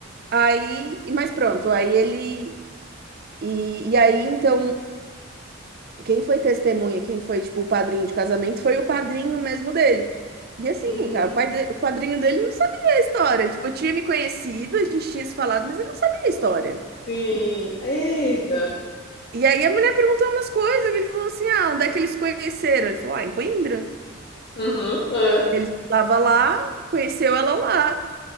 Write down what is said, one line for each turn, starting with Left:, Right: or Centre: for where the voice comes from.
Right: Aí, mas pronto, aí ele. E, e aí, então. Quem foi testemunha, quem foi, tipo, o padrinho de casamento, foi o padrinho mesmo dele. E assim,
Left: Uhum.
Right: cara, o pai de- o padrinho dele não sabia a história. Tipo, eu tinha me conhecido, a gente tinha se falado, mas ele não sabia a história.
Left: Sim. Eita.
Right: E aí a mulher perguntou umas coisas, que ele falou assim: ah, onde é que eles se conheceram? Ele falou, ah, em Coimbra.
Left: Aham, é.
Right: Ele estava lá, conheceu ela lá.